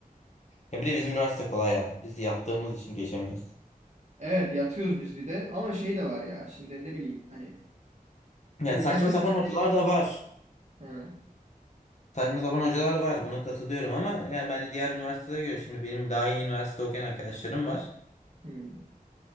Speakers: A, on the left; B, on the right.
A: ya bir de bizim üniversite kolay ya. Biz yattığımız için geçemiyoruz.
B: Evet yatıyoruz biz bir de ama şey de var ya şimdi ne bileyim hani
A: Ya
B: üniversite
A: saçma sapan
B: bitmeye
A: hocalar
B: yakın.
A: da var.
B: Hı,
A: Saçma sapan hocalar var. Buna katılıyorum ama yani bence diğer üniversitelere göre şimdi benim daha iyi üniversite okuyan arkadaşlarım var.
B: hı.